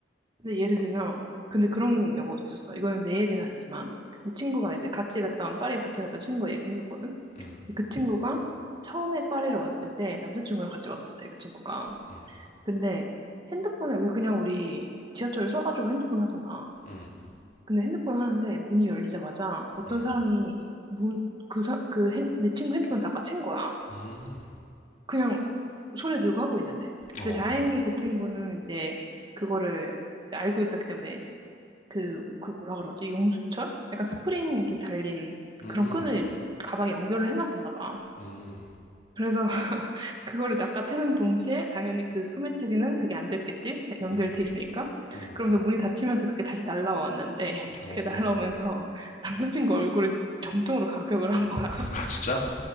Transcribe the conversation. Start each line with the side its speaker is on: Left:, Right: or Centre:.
Right: 근데 예를 들면, 근데 그런 경우도 있었어. 이거는 내 얘기는 아니지만, 내 친구가 이제 같이 갔던, 파리 같이 갔던 친구가 얘기해줬거든.
Left: 음,
Right: 근데 그 친구가 처음에 파리로 왔을 때 남자친구랑 같이 왔었대, 그 친구가.
Left: 음,
Right: 근데 핸드폰을 왜 그냥 우리 지하철에 서가지고 핸드폰 하잖아.
Left: 음,
Right: 근데 핸드폰 하는데 문이 열리자마자 어떤
Left: 음,
Right: 사람이 문, 그, 사, 그 핸, 내 친구 핸드폰을 다아챈 거야.
Left: 음,
Right: 그냥 손에 들고 하고 있는데. 근데
Left: 어,
Right: 다행히 그 친구는 이제 그거를 이제 알고 있었기 때문에 그, 그 뭐라 그러지? 용수철? 약간 스프링 이렇게 달린
Left: 음,
Right: 그런 끈을 가방에 연결을 해놨었나 봐.
Left: 음,
Right: 그래서 <laughs> 그거를 낚아채는 동시에 당연히 그 소매치기는 그게 안 됐겠지? 연결돼
Left: 음,
Right: 있으니까.
Left: 음,
Right: 그러면서 문이 닫히면서 그게 다시 날라왔는데 <laughs>
Left: 오,
Right: 그게 날라오면서 남자친구 얼굴을 정통으로 가격을 한 거야.
Left: 아 진짜?